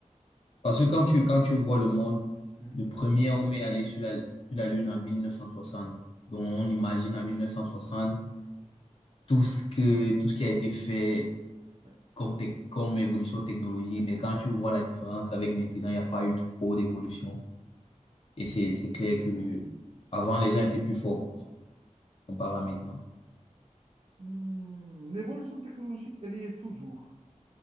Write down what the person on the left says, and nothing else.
Parce que quand tu, quand tu vois le monde,
le premier homme est allé sur la, sur la Lune en 1960. Donc, on imagine en 1960 tout ce que, tout ce qui a été fait
comme, tec- comme évolution technologique, mais quand tu vois la différence avec maintenant, il n'y a pas eu trop d'évolution. Et c'est, c'est clair que avant, les gens étaient plus forts pour moi, comparé à maintenant.